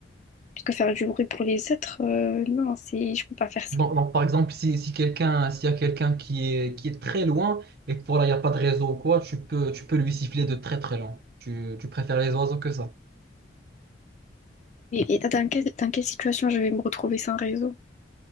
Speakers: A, on the left (about 40°); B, on the right (about 50°).
A: Parce que faire du bruit pour les êtres, euh, non, c'est, je peux pas faire ça.
B: Donc, donc, par exemple, si, si quelqu'un, s'il y a quelqu'un qui est, qui est très loin et que voilà, il n'y a pas de réseau ou quoi, tu peux, tu peux lui siffler de très très loin. Tu, tu préfères les oiseaux que ça?
A: Et, et dans quelle, dans quelle situation je vais me retrouver sans réseau?